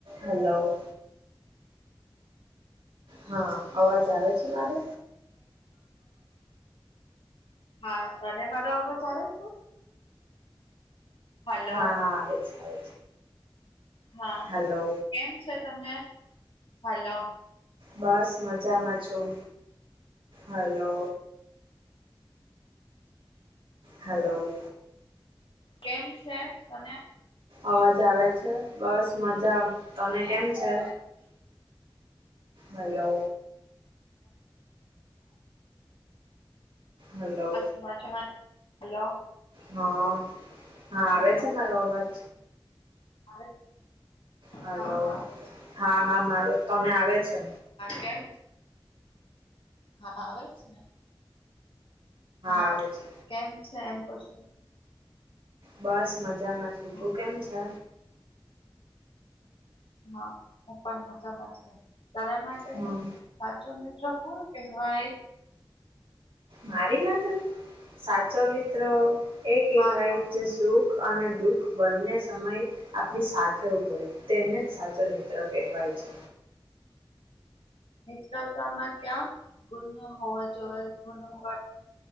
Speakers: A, on the right (about 85°); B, on the left (about 80°).
A: Hello હા અવાજ આવે છે મારે
B: હા તને મારો આમાં ચાલે જ છે હલો
A: હા હા આવે છે આવે
B: હા
A: છે હલો
B: કેમ છે તમે હલોો
A: બસ મજામાં છું હલો હલો
B: કેમ છે તને
A: અવાજ આવે છે બસ મજા તને કેમ છે હલો હલો
B: ું હલો
A: હા હા આવે
B: હલો
A: છે મારો અવાજ
B: આવે
A: હલો
B: હા હા આવે છે
A: હા હા મારો તને આવે છે
B: કેમ હા આવેજ ને હા
A: આવે છે
B: કેમ છે એમ પછું
A: બસ મજામાં થ
B: હા
A: તું કેમ છે
B: હા હું પણ મજામાં છ તારા માટે
A: હમ
B: સાચો મિત્રો કોણ કહેવાય
A: મારીમાં તો સાચો મિત્ર એ કેહેવાય
B: હા તાર
A: જ શું અને દુઃખ બંને સમય આપણી સાથે ઉભો ર તેમને સાચો મિત્ર કહેવાય છે
B: મિત્રતામાં ક્યાં ગુનો હોવો જોઈએ ગુનો